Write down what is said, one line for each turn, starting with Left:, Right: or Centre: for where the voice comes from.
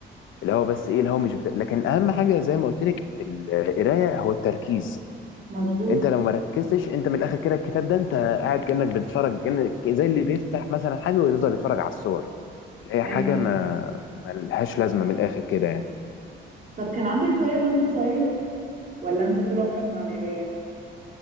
Left: اللي هو بس ايه اللي هو مش بت... لكن اهم حاجه زي ما قلت لك في القرايه هو التركيز
Right: مظبوط
Left: انت لو ما ركزتش انت من الاخر كده الكتاب ده انت قاعد كانك بتتفرج كانك زي اللي بيفتح مثلا حاجه ويفضل يتفرج على الصور اللي هي
Right: ايوه
Left: حاجه ما ما لهاش لازمه من الاخر كده يعني
Right: طب كان عندك هوايه وانت صغير ولا انت طول عمرك مع القرايه